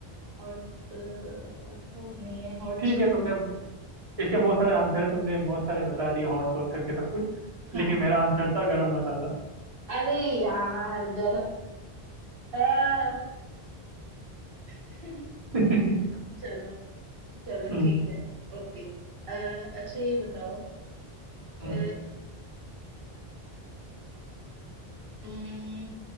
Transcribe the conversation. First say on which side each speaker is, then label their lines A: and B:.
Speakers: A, on the right; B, on the right.
A: हॉट हॉट डॉग नहीं है हॉट
B: ठीक
A: चिली
B: है तुमने
A: नहीं
B: इसके बहुत सारे आंसर है तुमने बहुत सारे बता दिए हॉट सॉस करके सब कुछ
A: हाँ
B: लेकिन मेरा आंसर था गरम मसाला
A: अरे यार गर अह, <laughs>
B: <laughs>
A: चलो चलो
B: हम्म
A: ठीक है ओके अ, अच्छा ये बताओ
B: हम्म,
A: अ, उम्म,